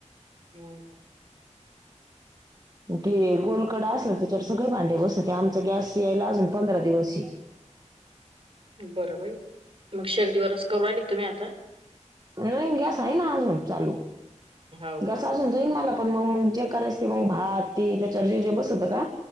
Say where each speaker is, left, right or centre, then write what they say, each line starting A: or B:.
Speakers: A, on the right; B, on the right.
A: हु
B: ते गोल कडा असलं त्याच्यावर सगळे भांडे बसते आमचा गॅस यायला अजून पंधरा दिवसए
A: बरं बाई तू शेगडीवरच करू राहिलीका तुम्ही आता?.
B: नाईन गॅस हाय ना अजून चालू
A: हो
B: गॅस
A: का
B: अजून नाईन मला पण मंग जे करायच ते मग भात ते त्याच्यावर जेजे बसतंका